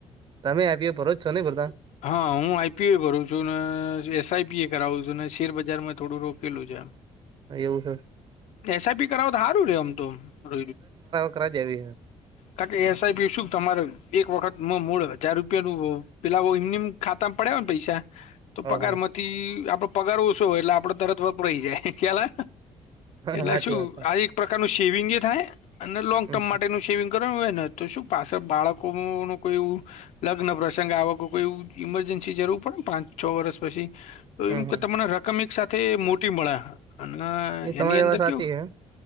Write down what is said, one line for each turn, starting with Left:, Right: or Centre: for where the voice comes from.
Right: તમે આપી ભરોચ છો ને બધા
Left: હા હું આઈપીએ કરું છું ને એસઆઈપી એ કરાવું છું ને શેર બજાર માં થોડું રોકેલું છે.
Right: એવું છે
Left: એસઆઈપી કરાવ તો હારું રે ઓમ તો ર
Right: કરા દેહી હ
Left: કાકે એસઆઈપી શું તમારે એક વખતમાં મૂળ મૂળ હજાર રૂપિયાનું પેલા ઓ એમનેમ ખાતામાં પડ્યા હો ને પૈસા તો
Right: હા
Left: પગાર માંથી આપડે પગાર ઓછો હોય એટલે આપડે તરત વપરાઈ જાય ખ્યાલા
Right: હા
Left: એટલે
Right: સાચી
Left: શું
Right: વાત છે
Left: આજ પ્રકારનું સેવિંગ એ થાય અને લોંગ
Right: હમ
Left: ટર્મ
Right: હમ
Left: માટેનું સેવિંગ કરયું હોય ને તો શું પાછા બાળકો ન કોઈ એવું લગ્ન પ્રસંગે આવકો કોઈ એવું ઈમરજન્સી જરૂર પડે ને પાંચ છ વર્ષ પછી તો
Right: હમ
Left: એમ કે
Right: હમ
Left: તમને રકમ એક સાથે મોટી મળે અને
Right: એ તમારી
Left: એની અંદર
Right: વાત સાચી
Left: કેવું
Right: હે